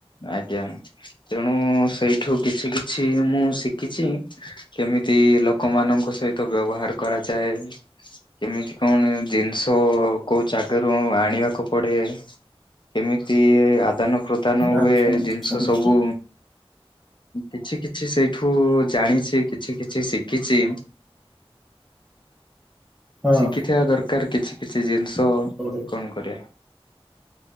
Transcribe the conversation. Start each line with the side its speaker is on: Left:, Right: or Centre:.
Left: ଆଜ୍ଞା, ତେଣୁ ସେଇଠୁ କିଛି କିଛି ମୁଁ ଶିଖିଚି। କେମିତି ଲୋକମାନଙ୍କ ସଇତ ବ୍ୟବହାର୍ କରାଯାଏ? କେମିତି କ'ଣ ଦିନ୍‌ଷ, କଉ ଜାଗାରୁ ଆଣିବାକୁ ପଡେ? କେମିତି ଆଦାନ ପ୍ରଦାନ
Centre: ଆଚ୍ଛା
Left: ହୁଏ,
Centre: ଆଚ୍ଛା
Left: ଦିନ୍‌ଷ
Centre: ଆଚ୍ଛା
Left: ସବୁ? କିଛି କିଛି ସେଇଠୁ ଜାଣିଚି, କିଛି କିଛି ଶିକିଚି।
Centre: ହଁ
Left: ଶିଖିଥିବା ଦରକାର୍ କିଛି କିଛି ଜିନ୍‌ଷ।
Centre: ହଉ
Left: କ'ଣ କରିଆ?